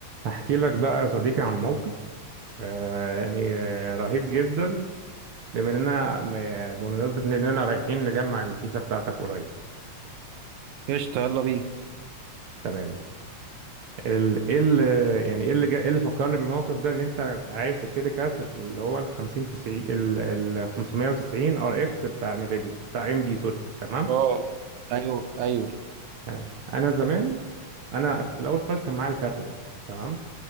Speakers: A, on the right; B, on the right.
A: هحكي لك بقى يا صديقي عن موقف آه يعني آه، رهيب جدا بما اننا م- آه، بمناسبة اننا رايحين نجمع الكيسة بتاعتك قريب
B: قشطة يلا بينا
A: تمام ال- ايه اللي يعني ايه اللي جا- إيه اللي فكرني بالموقف ده ان انت عايز تشتري كارت اللي هو ال 50 90 ال ال 590 ار اكس بتاع نيفيديا بتاع ام دي سوري تمام
B: اه ايوه ايوه
A: تمام انا زمان انا في الاول خالص كان معايا الكارت ده تمام